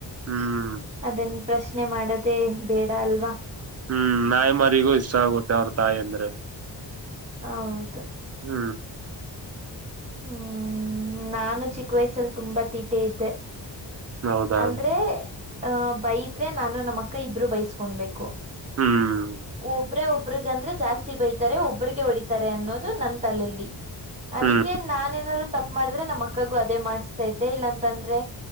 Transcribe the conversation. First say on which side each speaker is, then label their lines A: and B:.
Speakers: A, on the right (about 35°); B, on the right (about 15°).
A: ಹ್ಮ
B: ಅದನ್ ಪ್ರಶ್ನೆ ಮಾಡದೇ ಬೇಡ ಅಲ್ವಾ.
A: ಹ್ಮ್ ನಾಯಿ ಮರಿಗೂ ಇಷ್ಟ ಆಗುತ್ತೆ ಅವ್ರ್ ತಾಯಿ ಅಂದ್ರೆ.
B: ಹೌದು
A: ಹ್ಮ್
B: ಹ್ಮ್ ನಾನು ಚಿಕ್ಕ್ ವಯಸ್ಸಲ್ಲಿ ತುಂಬಾ ತೀಟೆ ಇದ್ದೆ.
A: ಹೌದಾ
B: ಅಂದ್ರೆ ಹಾ ಬೈದ್ರೆ ನಾನು ನಮ್ಮ ಅಕ್ಕ ಇಬ್ರು ಬೈಸ್ಕೊಂಡಬೇಕು.
A: ಹ್ಮ್
B: ಒಬ್ರೇ ಒಬ್ರುಗಂದ್ರೆ ಜಾಸ್ ಜಾಸ್ತಿ ಬೈತಾರೆ ಒಬ್ಬರಿಗೆ ಹೊಡಿತಾರೆ ಅನ್ನೋದು ನನ್ನ ತಲೆಲಿ ಅದಕ್ಕೆ
A: ಹ್ಮ್
B: ನಾನೇನಾರು ತಪ್ಪ ಮಾಡಿದ್ರೆ ನಮ್ಮ ಅಕ್ಕಗೂ ಅದೇ ಮಾಡ್ಸ್ತಾಇದ್ದೆ ಇಲ್ಲಾಂತಂದ್ರೆ.